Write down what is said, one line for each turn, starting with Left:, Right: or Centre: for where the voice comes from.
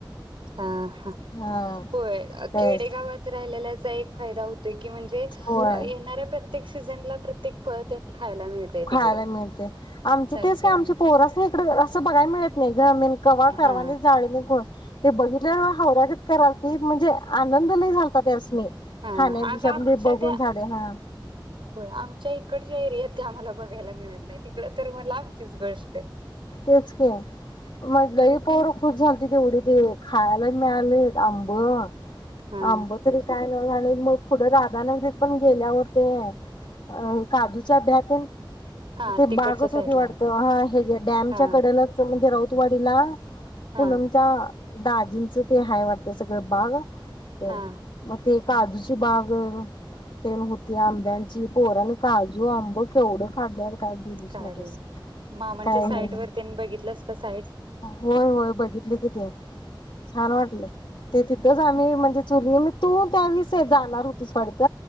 Right: हा, हा.
Left: हा
Right: होय
Left: तेच
Right: खेडेगावात राहिलेल्याचा एक फायदा होतोय, की म्हणजे ये
Left: होय
Right: येणाऱ्या प्रत्येक सीझनला प्रत्येक फळ ते खायला मिळतय तिकडे.
Left: खायला मिळते आमचे
Right: सगळ्या
Left: तेच काय आमची
Right: मिळतय
Left: पोरासणी इकड बघाय मिळत नाही ग मन कवा करवंदी
Right: हा
Left: जाळीने ग ते बघितल्यावर हावऱ्यागत करालती म्हणजे आनंद लई झालता त्यासनी
Right: हा
Left: खान्यापेक्षा
Right: अगं आमच्या
Left: पण ते बघून
Right: त्या
Left: झाडे हा
Right: होय आमच्या इकडच्या एरियात इथे आम्हाला बघायला मिळत नाही तिकडे तर मग लामचीच गोष्ट आहे.
Left: तेच की म लई पोर खुश झालतीत एवढी ते खायला मिळालेत आंबं
Right: हा
Left: आंब तरी काय आणि मग पुढं राधानगरीत पण गेल्यावर ते अ काजूच्या ब्या <inaudible>
Right: हा
Left: ते
Right: तिकडच्या
Left: बागच
Right: साईडला
Left: होती वाटत
Right: आहे ते
Left: हा हे ज्यात डॅमच्या
Right: हा
Left: कडलाच तुमच्या राऊतवाडीला
Right: हा
Left: पूनमच्या दाजींच ते हाय वाटतं सगळं बाग ते
Right: हा
Left: म ते काजूची बाग तेन होती आंब्यांची पोरानी काजू आंब केवढं काढल्यानं काय बोलूच
Right: काढलं
Left: नकोस.
Right: मामांच्या
Left: काही
Right: साईट
Left: हे म
Right: वर तेन बघितलंस का साईट?
Left: होय होय बघितले कि ते छान वाटलं ते तित तेच आम्ही म्हणजे चुली म तू त्या वेळी जाणार होतीस वाडत.